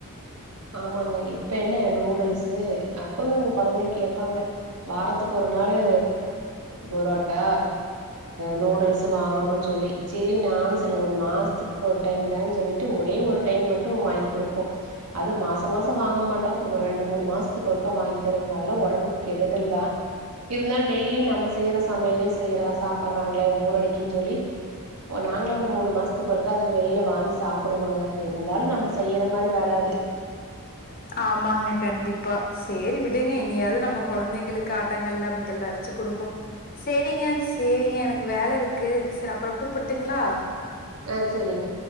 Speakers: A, on the right; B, on the left.
A: ஆமாங்க இப்ப என்ன நூடுல்ஸ்ஸு அப்பவும் கொழந்தைங்க கேப்பாங்க வாரத்துக்கு ஒரு நாளு புரோட்டா நூடுல்ஸ்ஸு வாங்கணுன்னு சொல்லி சேரி நானும் சரி ஒரு மாசத்துக்கு டைம் தா சொல்லிட்டு ஒரே ஒரு டைம் மட்டும் வாங்கி குடுப்போம் அது மாசம் மாசம் வாங்க மாட்டோம் ஒரு ரெண்டு மூணு மாசத்துக்கு ஒருக்கா வாங்கி தருவாங்க அதெல்லா உடம்புக்கு கெடுதல் தா இருந்தாலு டெய்லி நம்ம செய்யற சமையலே செய்யற சாப்டுறாங்களே போர் அடிக்குன் சொல்லி ஓ நாங்களு ஒரு மூணு மாசத்துக்கு ஒருக்கா அத வெளியில வாங்கி சாப்டுவோங்க இருந்தாலும் நம்ம செய்யிற மாரி வராது
B: ஆமாங்க கண்டிப்பா சேரி விடுங்க இனியாவது நம்ம கொழந்தைங்களுக்கு ஆட்டாங்க ல்ல அமிக்கல்ல அரச்சி கொடுப்போ சேரிங்க சேரிங்க எனக்கு வேல இருக்கு சரி அப்றம் கூப்ட்டுங்களா
A: ஆ சேரிங்க